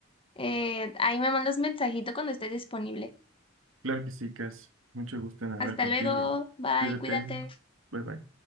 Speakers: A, on the left; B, on the right.
A: Eh, ahí me mandas mensajito cuando estés disponible.
B: Claro que sí, Cass. Mucho gusto en hablar
A: Hasta
B: contigo
A: luego,
B: y
A: bye,
B: cuídate.
A: cuídate.
B: Bye bye.